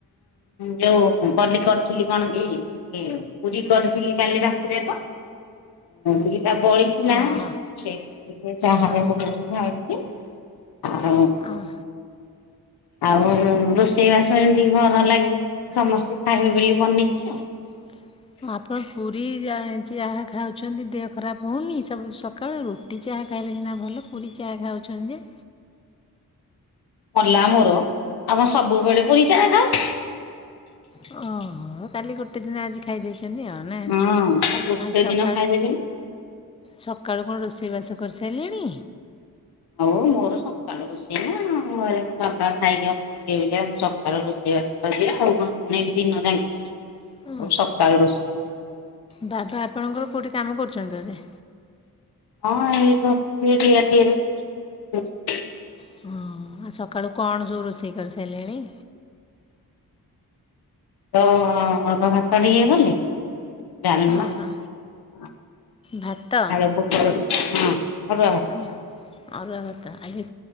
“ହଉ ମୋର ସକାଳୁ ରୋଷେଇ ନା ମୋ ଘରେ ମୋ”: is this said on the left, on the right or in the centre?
Left